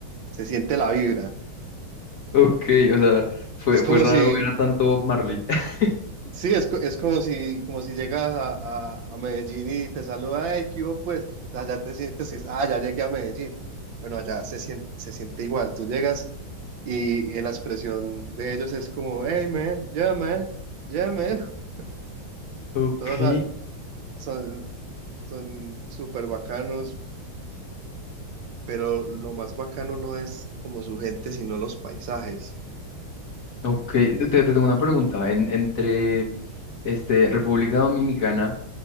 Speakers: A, on the right (about 70°); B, on the left (about 50°).
A: se siente la vibra.
B: ok, o sea, fue,
A: Es como
B: fue raro
A: si
B: ver a tanto Bob Marley. <laughs>
A: Sí, es, co- es como si, como si llegas a, a- a Medellín y te saluda, ¡Hey, ¿qué hubo, pues? O sea, Ya te sientes, y, ah, ya llegué a Medellín. Bueno, allá se siente, se siente igual. Tú llegas y, y la expresión de ellos es como, hey, man, yeah, man, yeah, man. <laughs>
B: Ok,
A: Todos a- son, son súper bacanos, pero lo más bacano no es como su gente, sino los paisajes.
B: ok. Te, te tengo una pregunta. En- entre este, República Dominicana.